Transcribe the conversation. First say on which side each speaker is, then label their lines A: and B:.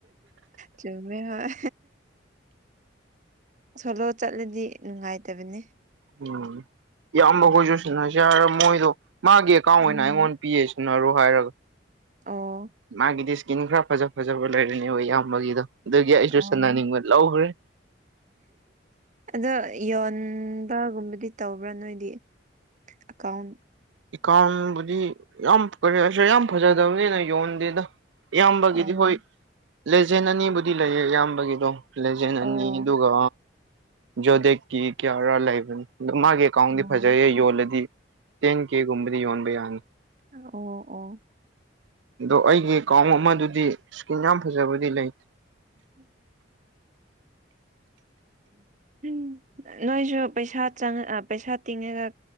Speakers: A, on the right; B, on the right.
A: ꯆꯃꯦ ꯍꯣꯏ ꯁꯣꯂꯣ ꯆꯠꯂꯗꯤ ꯅꯨꯡꯉꯥꯏꯇꯕꯅꯤ꯫
B: ꯎꯝ ꯏꯌꯥꯝꯕ ꯒ꯭ꯔꯣꯖꯨꯋꯦꯁꯟ ꯍꯥꯏꯁ ꯌꯥꯔ ꯃꯣꯏꯗꯣ ꯃꯥꯒꯤ ꯑꯦꯀꯥꯎꯟ
A: ꯎꯝ
B: ꯑꯣꯏꯅ ꯑꯩꯉꯣꯟꯗ ꯄꯤꯌꯦ ꯁꯨꯅꯔꯣ ꯍꯥꯏꯔꯒ
A: ꯑꯣ
B: ꯃꯥꯒꯤꯗꯤ ꯏꯁꯀꯤꯟ ꯈꯔ ꯐꯖ ꯐꯖꯕ ꯂꯩꯔꯅꯦꯕ ꯏꯌꯥꯝꯕꯒꯤꯗꯣ ꯑꯗꯨꯒꯤ ꯑꯩꯁꯨ
A: ꯑꯣ
B: ꯁꯥꯟꯅꯅꯤꯡꯕ ꯂꯧꯈ꯭ꯔꯦ
A: ꯑꯗꯣ ꯌꯣꯟꯕꯒꯨꯝꯕꯗꯤ ꯇꯧꯕ꯭ꯔꯥ ꯅꯣꯏꯗꯤ ꯑꯦꯀꯥꯎꯟ
B: ꯏꯀꯥꯎꯕꯨꯗꯤ ꯌꯥꯝ ꯀꯔꯤꯁ ꯌꯥꯝ ꯐꯖꯗꯕꯅꯤꯅ ꯌꯣꯟꯗꯦꯗ ꯏꯌꯥꯝꯕꯒꯤꯗꯤ
A: ꯑꯣ
B: ꯍꯣꯏ ꯂꯦꯖꯦꯟ ꯑꯅꯤꯕꯨꯗꯤ ꯂꯩꯌꯦ ꯏꯌꯥꯝꯕꯒꯤꯗꯣ ꯂꯦꯖꯦꯟ
A: ꯑꯣ
B: ꯑꯅꯤ ꯑꯗꯨꯒ ꯖꯣꯗꯀꯤ ꯀꯤꯌꯥꯔꯥ ꯂꯕꯅꯤ ꯃꯥꯒꯤ ꯑꯦꯀꯥꯎꯟꯗꯤ
A: ꯑꯣ
B: ꯐꯖꯩꯌꯦ ꯌꯣꯜꯂꯗꯤ ꯇꯦꯟ ꯀꯦꯒꯨꯝꯕꯗꯤ ꯌꯣꯟꯕ ꯌꯥꯅꯤ꯫
A: ꯑꯣ ꯑꯣ
B: ꯑꯗꯣ ꯑꯩꯒꯤ ꯑꯦꯀꯥꯎꯟ ꯑꯃꯗꯨꯗꯤ ꯏꯁꯀꯤꯟ ꯌꯥꯝ ꯐꯖꯕꯗꯤ ꯂꯩ꯫
A: <inaudible> <inaudible> ꯎꯝ ꯅꯣꯏꯁꯨ ꯄꯩꯁꯥ ꯆꯪ ꯄꯩꯁꯥ ꯇꯤꯡꯉꯒ